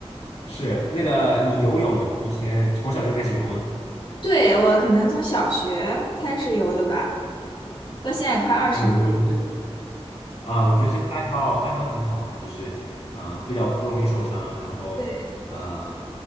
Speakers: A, on the left; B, on the left.
A: 是那个你游泳以前从小就开始游吗？
B: 对，我可能从小学开始游的吧，到现在也快二十年
A: 哎呦，我觉得啊，我觉得这个爱好爱好挺好的，就是呃比较不容易受伤，然后嗯，
B: 了。